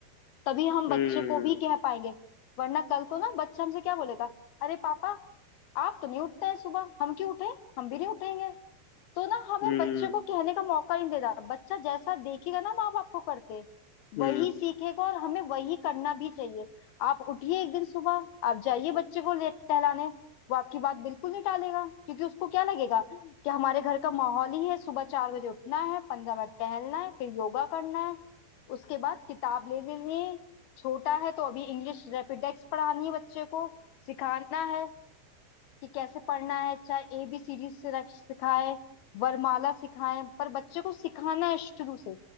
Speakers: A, on the left; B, on the left.
A: तभी हम
B: हम्म
A: बच्चे को भी कह पाएंगे वरना कल को ना बच्चा हमसे क्या बोलेगा अरे पापा आप तो नहीं उठते हैं सुबह हम क्यों उठे हम भी नहीं उठेंगे तो ना हमें
B: हम्म
A: बच्चे को कहने का मौका नहीं देना बच्चा जैसा देखेगा ना माँ बाप को करते
B: हम्म
A: वही सीखेगा और हमें वही करना भी चाहिए आप उठिए एक दिन सुबह आप जाइए बच्चे को ले टहलाने वो आपकी बात बिल्कुल नहीं टालेगा क्योंकि उसको क्या लगेगा कि हमारे घर का माहौल ही है सुबह चार बजे उठना है पंद्रह मिनट टहलना है फिर योगा करना है उसके बाद किताब ले लेनी है छोटा है तो अभी इंग्लिश रैपिडेक्स पढ़ानी है बच्चे को सिखाना है कि कैसे पढ़ना है चाहे ए बी सीरीज से रख- सिखाएं वरमाला सिखाएं पर बच्चे को सिखाना है शुरू से